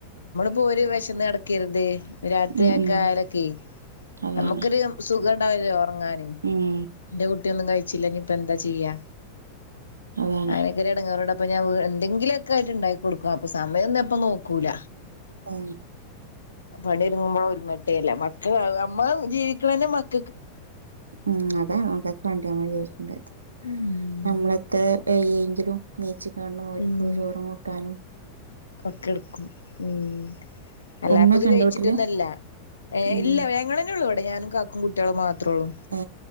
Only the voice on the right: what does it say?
ഉം
ഉം അതാണ്
ഉം
അതാണ്
ആ
ഉം അതെ <unintelligible> <unintelligible>
നമ്മളെത്ര വയ്യങ്കിലും ജ്ജ് കാണുനോർക്ക്
ചോറും കൂട്ടാനും
ഉമ്മയൊക്കെ
ഉണ്ടോ വീട്ടില്
ഉം
ഏ